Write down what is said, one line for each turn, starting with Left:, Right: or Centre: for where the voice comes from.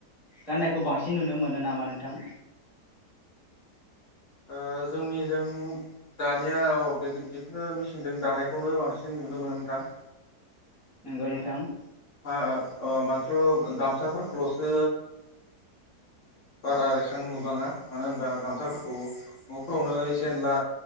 Centre: गाननायखौ बांसिन नुनो मोनो नामा नोंथां?
Left: ओ जोंनिजों दानाया औ जिखुनु मेचिनजों दानायखौनो बांसिन नुनो मोनो नोंथां।
Centre: नंगौ नोथां।
Left: मा माथ्र' गामसाफोरखौल'सो बारा एसां नुबाङा मानो होनबा गामसाफोरखौ न'फोरावनो एसे एनला